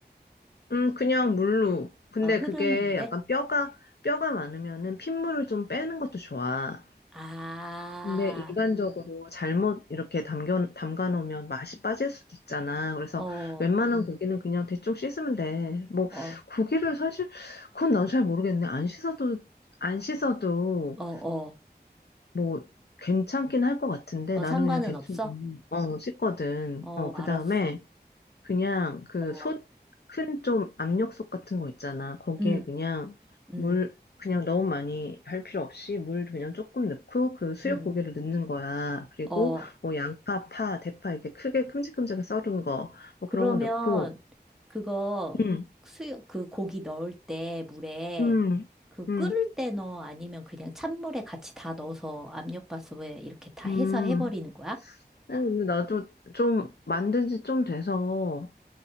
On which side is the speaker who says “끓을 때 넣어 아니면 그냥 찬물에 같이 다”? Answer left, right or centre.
Centre